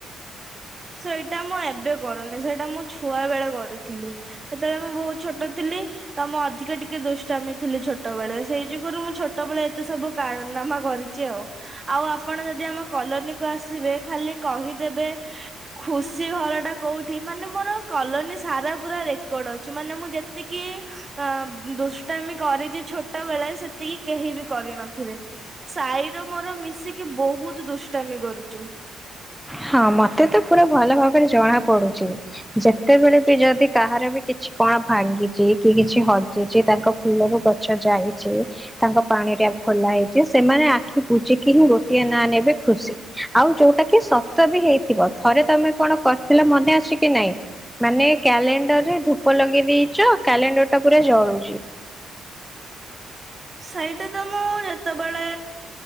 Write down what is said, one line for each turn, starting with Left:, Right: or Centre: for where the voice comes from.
Right: ସେଇଟା ମୁଁ ଏବେ କରୁନି ସେଇଟା ମୁ ଛୁଆ ବେଳେ କରୁଥିଲି। ହେତେବେଳେ ମୁଁ ବହୁତ ଛୋଟ ଥିଲି ତ ମୁ ଅଧିକା ଟିକେ ଦୁଷ୍ଟାମୀ ଥିଲି ଛୋ ଛୋଟବେଳେ ସେଇ ଯୁଗୁରୁ ମୁଁ ଛୋଟବେଳେ ଏତେ ସବୁ କାରନାମା କରିଚି ଆଉ। ଆଉ ଆପଣ ଯଦି ଆମ କଲୋନୀ କୁ ଆସିବେ ଖାଲି କହିଦେବେ ଖୁସି ଘରଟା କଉଁଠି ମାନେ ମୋର କଲୋନୀ ସାରା ପୁରା ରେକର୍ଡ଼ ଅଛି ମାନେ ମୁଁ ଯେତିକି ଅ ଦୁଷ୍ଟାମୀ କରିଚି ଛୋଟ ବେଳେ ସେତିକି କେହି ବି କରିନଥିବେ। ସାଇର ମୋର ମିଶିକି ବହୁତ ଦୁଷ୍ଟାମି କରିଚୁ।
Centre: ହଁ ମତେ ତ ପୁରା ଭଲ ଭାବରେ ଜଣା ପଡୁଚି। ଯେତେବେଳେ ବି ଯଦି କାହାର ବି କିଛି କଣ ଭାଙ୍ଗିଚି କି କିଛି ହଜିଚି ତାଙ୍କ ଫୁଲରୁ ଗ ଛ ଯାଇଛି ତାଙ୍କ ପାଣି ଟ୍ୟାପ ଖୋଲା ହେଇଚି ସେମାନେ ଆଖି ବୁଜିକି ହିଁ ଗୋଟିଏ ନାଁ ନେବେ ଖୁସି। ଆଉ ଯୋଉଟା କି ସତ ବି ହେଇଥିବ ଥରେ ତମେ କଣ କରିଥିଲ ମନେ ଅଛି କି ନାଇଁ। ମାନେ କ୍ୟାଲେଣ୍ଡର ରେ ଧୂପ ଲଗେଇ ଦେଇଚ କ୍ୟାଲେଣ୍ଡର ଟା ପୁରା ଜଳୁଚି।
Right: ସେଇଟା ତ ମୁଁ ଯେତେବେଳେ